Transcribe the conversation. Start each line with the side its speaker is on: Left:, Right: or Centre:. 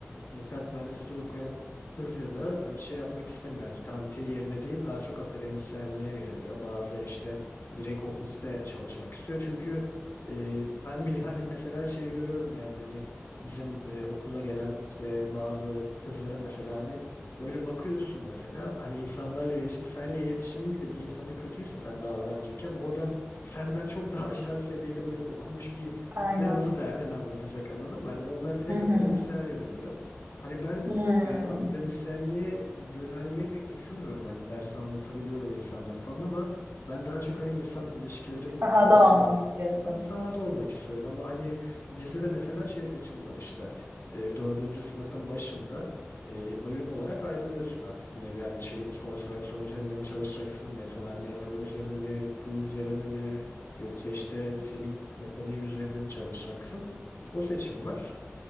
Left: inşaat mühendisliği okuyan kız ya da hani şey yapmak istemiyor. Yani kanti yerine değil daha çok akademisyenliğe yöneliyor. Bazıları işte direkt ofiste çalışmak istiyor. Çünkü e, ben bile hani mesela şey görüyorum yani hani bizim e, okula gelen işte bazı kızlara mesela hani Böyle bakıyorsun mesela hani insanlarla iletişim, senle iletişim bile bir insanın kötüyse sen daha öğrenciyken o adam senden çok daha aşağı seviyede böyle okumuş bir ustaya
Right: Aynen.
Left: nasıl derdini anlatacak anladın mı? Hani onlar direkt
Right: Hı hı.
Left: akademisyen yöneliyor. Hani ben
Right: Hı.
Left: e, akademisyenliğe yönelmeyi pek düşünmüyorum. Hani ders anlatabiliyorum insanlara falan ama ben daha çok hani insan ilişkilerim
Right: Sahada
Left: bir tık daha iyi
Right: olmak
Left: olan
Right: istiyorsun.
Left: bir insanım. Sahada olmak istiyorum ama hani bizde de mesela şey seçim var işte. E, dördüncü sınıfın başında e, bölüm olarak ayrılıyorsun artık bir nevi. Yani çelik konstrüksiyon üzerine mi çalışacaksın, betonarme yapılar üzerine mi, su üzerine mi, yoksa işte zemin mekaniği üzerine mi çalışacaksın? O seçim var.